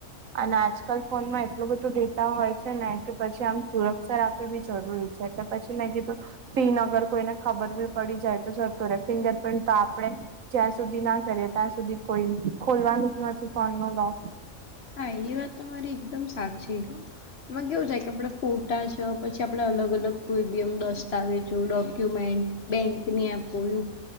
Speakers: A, on the right (about 80°); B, on the left (about 55°).
A: અને આજકાલ ફોનમાં એટલું બધું ડેટા હોય છે ને કે પછી આમ સુરક્ષા રાખવી બી જરૂરી છે એટલે પછી મેં કીધુ પીન અગર કોઈને ખબર બી પડી જાય તો જતો રે ફિંગરપ્રિન્ટ તો આપણે જ્યાં સુધી ના કરે ત્યાં સુધી કોઈ ખોલવાનું જ નથી ફોન નું લોક
B: હા એ વાત તો મારી એકદમ સાચી એમાં કેવું થાય કે આપડે ફોટા જ તો પછી આપણે અલગ અલગ કોઈ ભી એમ દસ્તાવેજો ડોક્યુમેન્ટ બેંક ની અપોયુ